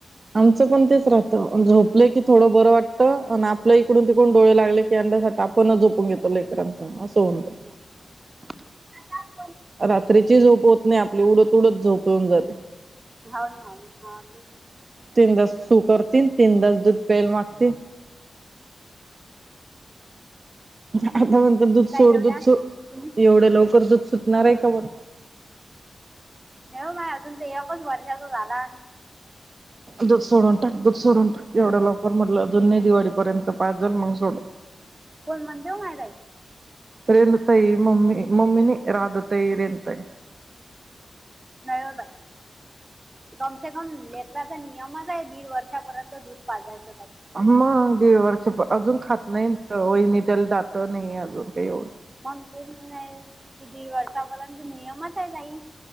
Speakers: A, on the right; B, on the right.
A: आमचं पण तेच राहतं झोपलं की थोडं बरं वाटतं आणि आपल्या इकडून तिकून डोळे लागले की आपणच झोपून घेतो ललेकरांच असं म्हणत
B: आता
A: रात्रीची झोप होत नाही आपली उडत उडत झोप येऊन जाते
B: ह हा ते
A: तीन तास सू करतील तीन तास दूध प्यायला मागतील.
B: हम्
A: आता म्हणतात दूध
B: मी
A: सोड
B: का तेव
A: दूध सोड
B: तुम्ही
A: एवढं लवकर दूध सुटणार आहे का बरं.
B: नऊ म खच वर्षा त झाला
A: दू सोडून टाक दू सोडून टाक एवढा लवकर म्हटलं अजून नाही दिवाळीपर्यंत पाच झाल म्हगून सोड ह
B: कोण म्हणजेव मायलाई
A: रेण तई मम्मी मम्मी नाही राधतई रेनताई
B: नयो बाय कमसे कम लेक्राचा नियमच आहे दीड वर्षापर्यंत दूध पाजायच
A: मग दीड वर्ष अजून खात नाही वहिणी त्याला दात नाही अजून का एवढं
B: मग नाही कि दीड वर्ष आपलांत नियमच आहे काई